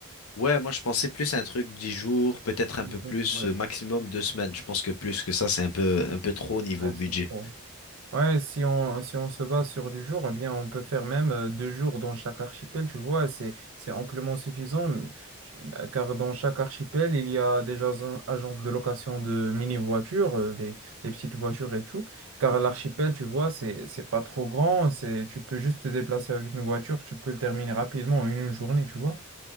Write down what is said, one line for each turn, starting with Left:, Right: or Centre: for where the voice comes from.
Left: Ouais, moi je pensais plus à un truc dix jours, peut-être un
Right: Du
Left: peu plus,
Right: jour, Ouais,
Left: euh, maximum deux semaines. Je pense que plus que ça, c'est un peu, un peu trop au niveau
Right: ouais,
Left: budget.
Right: c'est trop. Ouais, si on, si on se base sur du jour, eh bien, on peut faire même euh, deux jours dans chaque archipel, tu vois, c'est, c'est amplement suffisant, m- ch- euh, car dans chaque archipel, il y a des jas- agences de location de mini-voitures, euh, les, les petites voitures et tout, car l'archipel, tu vois, c'est, c'est pas trop grand, c'est, tu peux juste te déplacer avec une voiture, tu peux le terminer rapidement en une journée, tu vois.